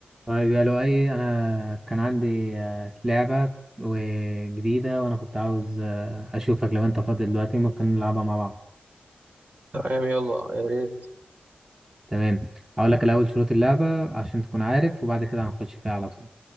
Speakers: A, on the right; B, on the right.
A: طيب يا لؤي انا كان عندي آه، لعبة وجديدة وانا كنت عاوز آه، اشوفك لو انت فاضي دلوقتي ممكن نلعبها مع بعض
B: تمام يلا يا ريت
A: تمام هقول لك الاول شروط اللعبة عشان تكون عارف وبعد كده هنخش فيها على طول